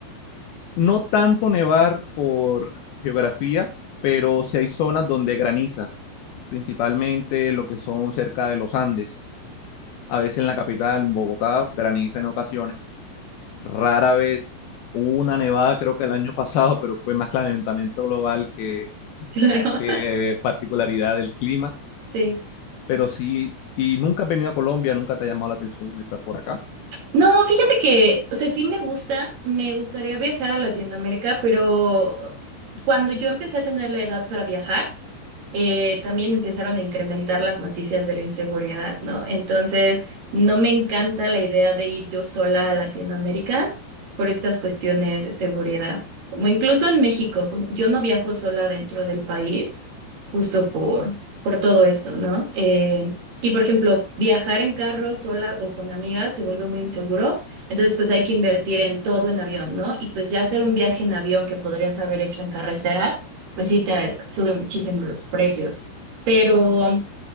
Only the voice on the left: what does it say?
No tanto nevar por geografía, pero sí hay zonas donde graniza, principalmente lo que son cerca de los Andes. A veces en la capital, en Bogotá, graniza en ocasiones. Rara vez hubo una nevada, creo que el año <laughs> pasado, pero fue más calentamiento global que,
que particularidad del clima.
Pero sí, y nunca has venido a Colombia, nunca te ha llamado la atención estar por acá.